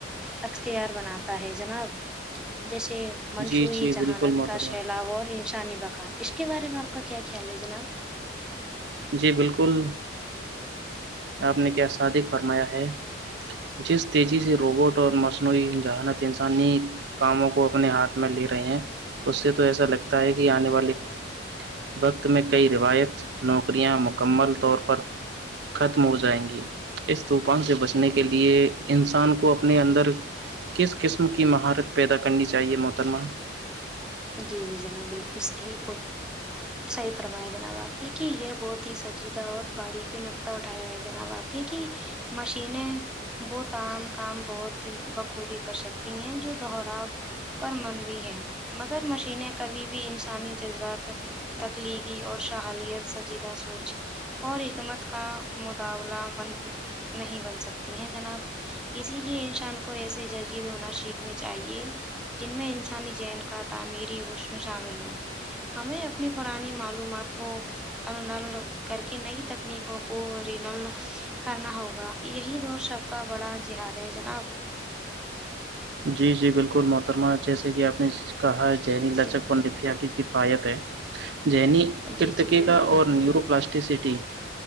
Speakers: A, in the centre; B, on the right (about 60°).
A: اختیار بناتا ہے جناب جیسے مصنوعی
B: جی جی
A: ذہانت
B: بالکل محترمہ
A: کا سیلاب اور انسان بقا اس کے بارے میں آپ کا کیا خیال ہے جناب
B: جی بالکل آپ نے کیا صادق فرمایا ہے جس تیزی سے روبوٹ اور مصنوعی ذہانت انسانی کاموں کو اپنے ہاتھ میں لے رہے ہیں اس سے تو ایسا لگتا ہے کہ آنے والے وقت میں کئی روایت نوکریاں مکمل طور پر ختم ہو جائیں گی اس طوفان سے بچنے کے لیے انسان کو اپنے اندر کس قسم کی مہارت پیدا کرنی چاہیے محترمہ
A: جی جی جناب بالکل صحیح صحیح فرمایا جناب آپ نے کہ یہ بہت ہی سنجیدہ اور باریکی نقطہ اٹھایا ہے جناب آپ نے لکھی مشینیں بہت ام کام بہت ہی بخوبی کر سکتی ہیں جو دہرا پر منوی ہیں مگر مشینیں کبھی بھی انسانی جذبات تخلیقی اور شحالیت سجیدہ سوچ اور حکمت کا مطابلہ بن نہیں بن سکتی ہیں جناب اسی لیے انسان کو ایسے جج ید ہونا سیکھنی چاہیے جن میں انسانی جین کا تعمیری حسن شامل ہو ہمیں اپنی پرانی معلومات کو <unintelligible> کر کے نئی تکنیکوں کو رنل کرنا ہوگا یہی دور سب کا بڑا جہاد ہے جناب
B: جی جی بالکل محترمہ جیسے کہ آپ نے سچ کہا ہے جہنی <unintelligible>
A: جی
B: کی کفایتیں جنیی
A: جی
B: ارتکیکا
A: جی بالکل
B: اور نیورو پلاسٹیسٹی